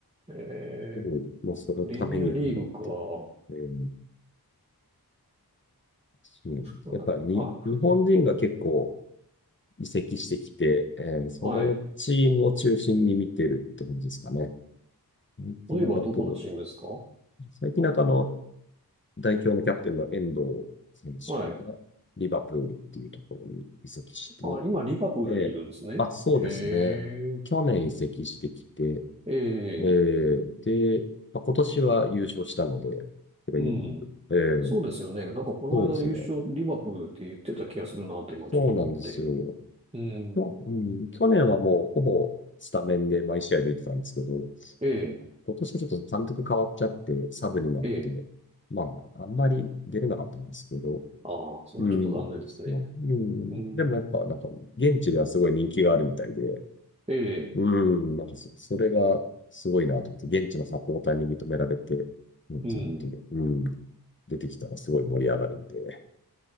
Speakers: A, on the right; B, on the left.
A: え
B: うん、もうそのためにあるって。
A: プレミアリーグか。
B: えー、そうなんです。
A: なんだっけ、
B: やっぱりに、
A: あ、
B: 日本人が結構、移籍してきて、えーそのチームを中心に見てるって感じですかね。
A: はい。
B: 最近だと、
A: 例えばどこのチームですか
B: 最近だとあの、代表のキャプテンの遠藤選手がリバプールっていうところに移籍して、
A: はい。あ、今、リバプールにいるんですね。
B: えーあ、そうですね。
A: へえ、
B: 去年移籍してきて、
A: ええ、
B: えーで、まあ、今年は優勝したので、プレミアリーグえー
A: うん。そうですよね。なんかこの間優勝リバプールって言ってた気がするなと今ちょっと思って。
B: そうですね。そうなんですよ。
A: うん。
B: 去うん、去年はもうほぼスタメンで毎試合出てたんですけど、
A: ええ、
B: 今年はちょっと監督変わっちゃって、サブになって、
A: ええ。
B: まあ、あんまり出れなかったんですけど、
A: ああ、それはちょっと残念ですね。
B: うん、そう、うん、
A: うん。
B: でもやっぱ、なんか、現地ではすごい人気があるみたいで、
A: ええ、
B: うん、なんかそ、それがすごいなと思って、現地のサポーターに認められて、うん、
A: うん。
B: ちゃんと、うん、出てきたらすごい盛り上がるんで、